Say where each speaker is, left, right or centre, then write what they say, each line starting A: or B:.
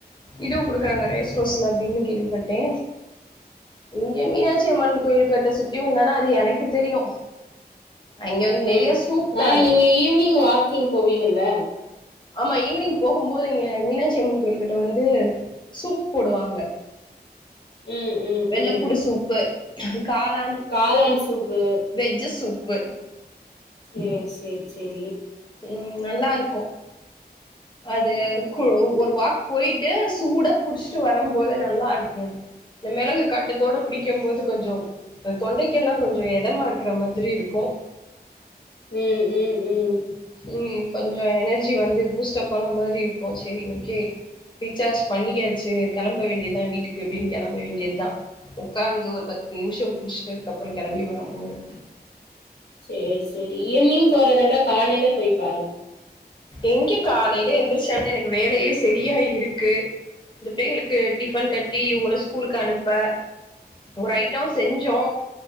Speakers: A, on the left; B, on the left.
A: இதுவு குடுக்குறாங்க ரேஸ்கோர்ஸ்ல அப்டின்னு கேள்விப்பட்டே இங்க மீனாட்சி அம்மன் கோயில கட்ட சுத்தியு வந்தானா அது எனக்கு தெரியு அங்க வந்து நெறைய
B: ம்
A: சூப் தா
B: அ
A: இருக்கு
B: நீங்க ஈவினிங் வாக்கிங் போவீங்கல
A: ஆமா ஈவினிங் போகுபோது இங்க மீனாட்சி அம்மன் கோயில்கிட்ட வந்து சூப் போடுவாங்க
B: ம் ம்
A: வெள்ளப்பூடு
B: ம்
A: சூப்பு காளான்
B: காளான் சூப்பு
A: வெஜ்ஜு சூப்பு
B: சரி சரி சரி
A: ம் நல்லா இருக்கு அது ஒரு வாக் போயிட்டு சூடா குடிச்சுட்டு வரும்போது நல்லா இருக்கும் இந்த மிளகு காட்டத்தோட குடிக்கும் போது கொஞ்சோ இந்த தொண்டைக்கெல்லா கொஞ்ச எதமா இருக்கற மாதிரி இருக்கும்
B: ம் ம் ம்
A: உம் கொஞ்ச எனர்ஜி வந்து பூஸ்ட் அப்பான மாரி இருக்கு சேரி ஓகே ரீசார்ஜ் பண்ணிக்யாச்சு கிளம்ப வேண்டியதா வீட்டுக்கு அப்புடின்னு கிளம்ப வேண்டியதான் உக்காந்து ஒரு பத்து நிமிஷ குடிச்சுட்டதுக்கு அப்புற கிளம்பி வரும் போது
B: சேரி சேரி ஈவினிங் போறத விட காலையில போயி் பாருங்க
A: எங்க காலையில எந்திரிச்சானா எனக்கு வேலையே சரியா இருக்கு இந்த பிள்ளைகளுக்கு டிஃபன் கட்டி இவங்கள ஸ்கூலுக்கு அனுப்ப ஒரு ஐட்டோ செஞ்சோ